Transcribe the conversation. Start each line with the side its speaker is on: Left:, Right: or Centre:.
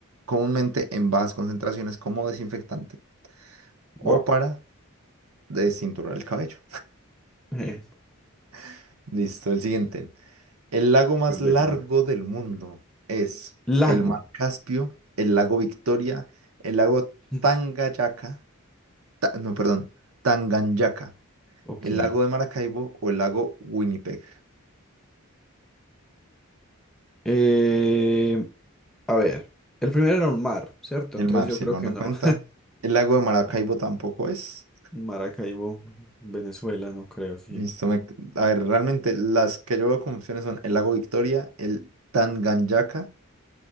Right: comúnmente en bajas concentraciones como desinfectante o
Centre: Wow.
Right: para desinturar el cabello.
Centre: Eh,
Right: <laughs> Listo, el siguiente. El lago más
Centre: gol
Right: largo
Centre: de Colombia.
Right: del mundo es
Centre: Lago.
Right: el mar Caspio, el lago Victoria, el lago
Centre: <laughs>
Right: Tanganyika, ta- no, perdón, Tanganyika,
Centre: Ok.
Right: el lago de Maracaibo o el lago Winnipeg.
Centre: Eh, a ver. El primero era un mar, ¿cierto?
Right: El
Centre: Entonces
Right: mar,
Centre: yo
Right: si
Centre: creo
Right: el mar
Centre: que
Right: no
Centre: no.
Right: cuenta. El lago de Maracaibo tampoco es.
Centre: <laughs> Maracaibo, Venezuela, no creo, sí.
Right: Listo, me- a ver, realmente las que yo veo como opciones son el lago Victoria, el Tanganyika,